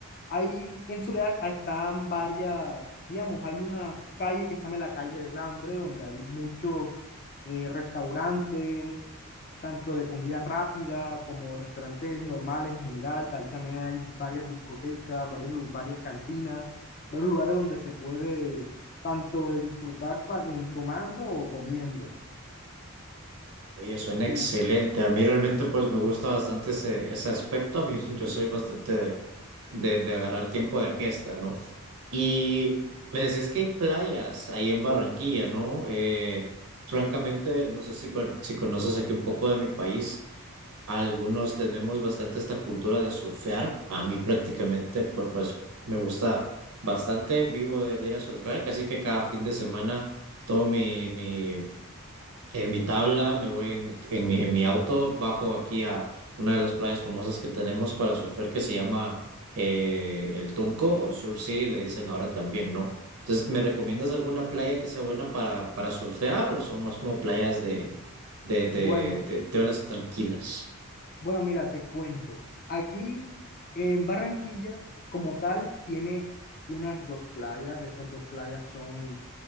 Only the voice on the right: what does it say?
Oye, suena
excelente. A mí realmente pues me gusta bastante ese, ese aspecto. A mí <laughs> yo soy bastante de, de, de agarrar tiempo de fiesta, ¿no? Y me decías que hay playas ahí en Barranquilla, ¿no? Eh, francamente, no sé si, bueno, si conoces aquí un poco de mi país. Algunos tenemos bastante esta cultura de surfear. A mí prácticamente pues, pues me gusta bastante. Vivo de, de ir a surfear, así que cada fin de semana tomo mi, mi en mi tabla, me voy en mi, en mi, en mi auto, bajo aquí a una de las playas famosas que tenemos para surfear que se llama eh, El Tunco o Surf City, le dicen ahora también, ¿no? Entonces, ¿me recomiendas alguna playa que sea buena para, para surfear o son más como playas de, de, de,
de, de olas tranquilas?